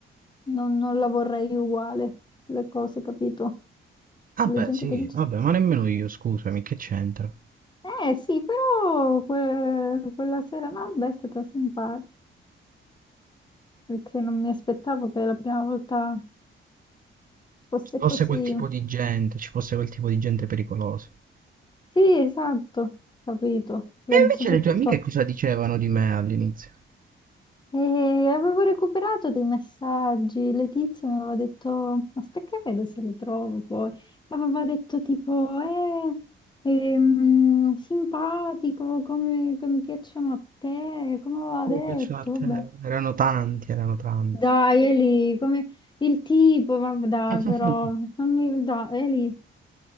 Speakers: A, on the left; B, on the right.
A: non- non la vorrei uguale, le cose, capito?
B: Ah
A: La
B: beh,
A: gente
B: sì,
A: che dice,
B: vabbè, ma nemmeno io, scusami, che c'entra?
A: eh sì, però que- quella sera no, beh, è stata simpatica, perché non mi aspettavo che la prima volta fosse
B: Ci fosse
A: così.
B: quel tipo di gente, ci fosse quel tipo di gente pericolosa.
A: Sì, esatto, capito. La-
B: E invece
A: soprattutto
B: le tue amiche cosa dicevano di me all'inizio?
A: eh, avevo recuperato dei messaggi, Letizia mi aveva detto, aspetta che vedo se le trovo poi, aveva detto tipo, eh, ehm, simpatico, come, come piacciono a te, come aveva detto,
B: Mi piaceva a te.
A: vabbè.
B: Erano tanti, erano tanti.
A: Dai Eli, come il tipo, ma dai
B: <laughs>
A: però, non mi, dai Eli,